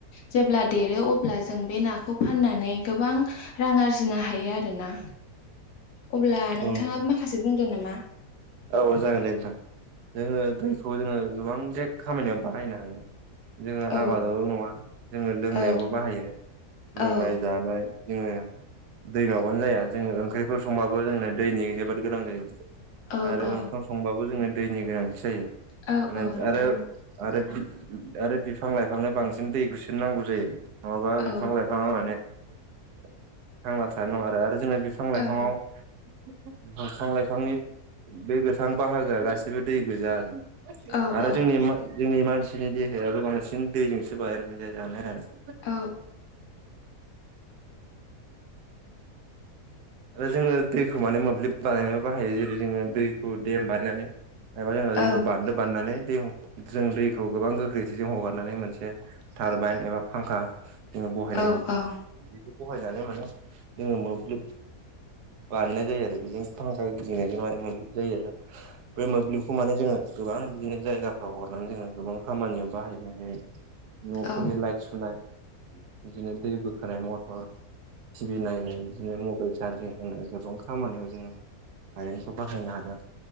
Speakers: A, on the left; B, on the right.
A: जेब्ला देरो अब्ला जों बे नाखौ फाननानै गोबां रा रां आरजिनो हायो आरोना। अब्ला
B: औ
A: नोंथाङाबो
B: नोंथां
A: माखासे बुंदो नामा
B: औ जागोन दे नोंथां। जोङो दैखौ जोङो गोबां जे खामानियाव बाहायनो हायो। जोङो
A: औ
B: आबादावल' नङा जोङो लोंनायावबो
A: औ
B: बाहायो। लोंनाय
A: औ
B: जानाय। जोङो दै नङाबानो जाया जोङो ओंख्रिफोर संबाबो जोंनो दैनि जोबोद गोनां जायो।
A: औ
B: आरो
A: औ
B: ओंखाम संबाबो जोङो दैनि गोनांथि जायो।
A: औ
B: माने
A: औ नोंथां
B: आरो
A: औ
B: आरो आरो बिफां लाइफांनो बांसिन दै खुसो नांगौ जायो नङाबा बिफां
A: औ
B: लाइफाङा माने थांना थानाय नङा आरो आरो जोङो बिफां लाइफाङाव
A: औ
B: बिंफां लाइफांनि बे गोथां बाहागोआ गासिबो दै गोजा आरो।
A: औ
B: आरो
A: औ
B: जोंनि मान जोंनि मानसिनि देहायाबो बांसिन दैजोंसो बानाय <unintelligible>
A: औ
B: जोङो दैखौ माने मोब्लिब बानाय बाहायो जेरै जोङो दै <unintelligible> बानायनानै एबा जोङो
A: औ
B: दैखौ बान्दो बानायनानै दै जों दैखौ गोबां गोख्रै बेजों हगारनानै मोनसे तारबाइन एबा फांखा जोङो बहायनाय
A: औ
B: जायो
A: औ
B: बेखौ बहाय नानै माने जों मोब्लिब बानायनाय जायो आरो बेजों फांखा दिनायजों माने मोब्लिब जायो आरो बे मोब्लिबखौ माने जोङो गोबां बिदिनो जायगाफ्राव हरनानै जोङो गोबां खामानियाव बाहायदों जेरै न'फोरनि
A: औ
B: लाइट सुनाय बिदिनो दै बोखानाय मटर टिभि नायनाय बिदिनो मबाइल चार्जिं होनाय गोबां खामानियाव जोङो कारेन्टखौ बाहायनो हादों